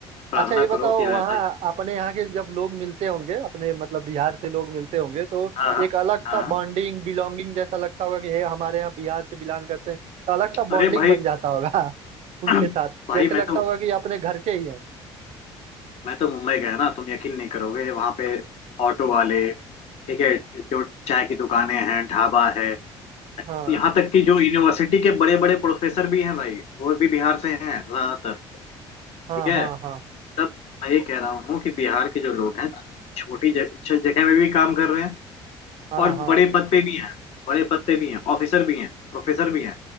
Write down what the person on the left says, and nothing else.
प्रार्थना
करो कि ऐसा
ही हो।
हाँ हाँ
हाँ। हाँ।
अरे
भाई
<clears throat>
भाई
मैं
तो
मैं तो मुंबई गया ना तुम यकीन नहीं करोगे वहां पे ऑटो वाले ठीक है जो चाय की दुकानें हैं ढाबा है
यहाँ तक कि जो यूनिवर्सिटी के बड़े बड़े प्रोफेसर भी हैं भाई वो भी बिहार से हैं ज्यादातर
ठीक है
तब मैं ये कह रहा हूँ कि बिहार के जो लोग हैं छोटी जग- छ- जगह में भी काम कर रहे हैं
और
बड़े पद पे भी हैं बड़े पद पे भी हैं ऑफिसर भी हैं प्रोफेसर भी हैं